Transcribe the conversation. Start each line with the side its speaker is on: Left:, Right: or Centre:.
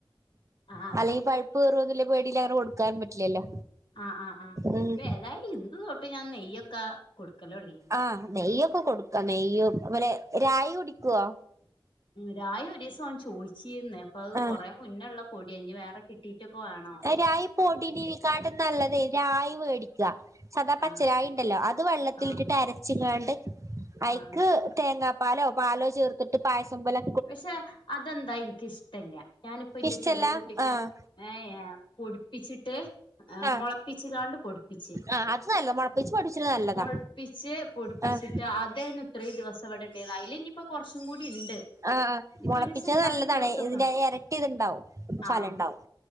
Left: ആഹ്
Right: അല്ലെങ്കി പഴുപ്പ് കേറുന്നുല്ല പേടിൽ അങ്ങനെ കൊടുക്കാനും പറ്റില്ലല്ലോ
Left: ആഹ് ആഹ് ആഹ്
Right: ഉം
Left: അപ്പൊ ഏതായാലും ഇന്ന് തൊട്ട് ഞാൻ നെയ്യൊക്കെ കൊടുക്കല് തുടങ്ങി
Right: ആഹ് നെയ്യൊക്കെ കൊടുക്കാ നെയ്യും അതു പോലെ രായി കുടിക്കുവോ
Left: രായി ഒരു ദിവസം അവൻ ചോദിച്ചിരുന്നേ അപ്പൊ അത്
Right: ആഹ്
Left: കൊറെ മുന്നേള്ള പൊടിയാ ഞ്ഞി വേറെ കിട്ടിയിട്ടൊക്കെ വേണോ
Right: രായി പൊടീണ്ടിരിക്കാണ്ട് നല്ലതേ രായി വേടിക്കുക സദാ പച്ചറായി
Left: ആഹ്
Right: ഉണ്ടല്ലോ അത് വെള്ളത്തിലിട്ടിട്ട്
Left: ആഹ്
Right: അരച്ചിങ്ങാണ്ട് അയിക്ക്
Left: ആഹ്
Right: തേങ്ങാപ്പാലോ പാലോ ചേർത്തിട്ട് പായസം പോലെ
Left: പക്ഷെ അതെന്താ എനിക്കിഷ്ടല്ല ഞാനിപ്പ എന്റെ
Right: ഇഷ്ടല്ല
Left: ചെറിയ കുട്ടിക്ക്
Right: ആഹ്
Left: ഏഹ് ഏഹ് പൊടിപ്പിച്ചിട്ട് ങ്
Right: ആഹ്
Left: മുളപ്പിച്ച കാണ്ട് പൊടിപ്പിച്ച്
Right: ആഹ് അത് നല്ലതാ മുളപ്പിച്ച് പൊടിച്ചത് നല്ലതാ
Left: മുളപ്പിച്ച് പൊടിപ്പിച്ചിട്ട്
Right: ആഹ്
Left: അതേനു ഇത്രയും ദിവസം വിടണ്ടായിരു അതിലിനിയിപ്പ കുറച്ചും കൂടി ഉണ്ട്
Right: ആഹ്
Left: ഇനിയിപ്പോ
Right: മുളപ്പിച്ചത്
Left: ഒരു ദിവസം ഉണ്ടാക്കി
Right: നല്ലതാണ്
Left: കൊടുത്ത് നോക്കണം
Right: ഇതിന്റെ ഇരട്ടി ഇത്ണ്ടാവും ഫലണ്ടാവും
Left: ആഹ്